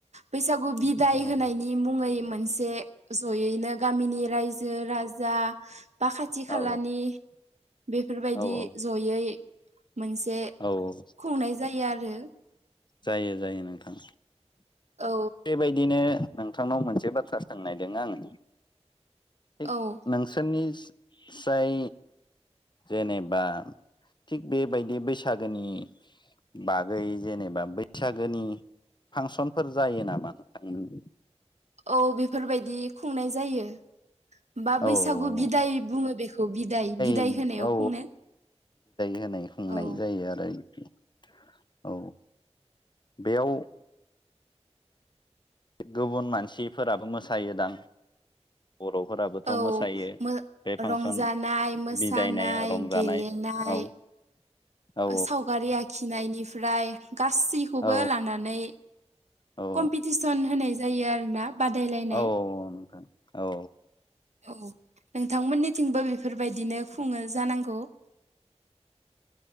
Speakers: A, on the right; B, on the left.
A: बैसागु बिदाय
B: औ
A: होनायनि मुङै मोनसे ज'यैनो गामिनि रायजो राजा बा खाथि
B: औ
A: खालानि बेफोरबायदि
B: औ
A: जयै मोनसे
B: औ औ
A: खुंनाय जायो आरो।
B: जायो जायो नोंथां
A: औ
B: बेबायदिनो नोंथांनाव मोनसे बाथ्रा सोंनायदों आङो। थिक
A: औ
B: नोंसोरनि, जाय जेनेबा थिग बेबायदि बैसागोनि बागै जेनेबा बैसागोनि फांसनफोर जायो नामा नोंथांमोन?
A: औ बेफोरबायदि खुंनाय जायो। बा
B: औ
A: बैसागु
B: औ
A: बिदाय बुङो बेखौ बिदाय बिदाय
B: औ
A: होनायाव
B: औ
A: खुंनो।
B: <unintelligible> जायो
A: औ
B: आरो <inaudible> औ बेयाव गुबुन मानसिफोराबो मोसायो दां! बर'फोराबोथ'
A: औ
B: मोसायो
A: मो
B: बे फांसन
A: रंजानाय मोसानाय
B: बिदायनाय रंजानाय
A: गेलेनाय
B: औ। औ
A: सावगारि आखिनायनिफ्राय गासैखौबो
B: औ
A: लानानै
B: औ
A: कम्पिटिसन होनाय जायो आरोना बादायलायनाय।
B: औ नोंथां औ
A: औ नोंथांमोननिथिंबो बेफोरबायदिनो खुङो जानांगौ। <inaudible>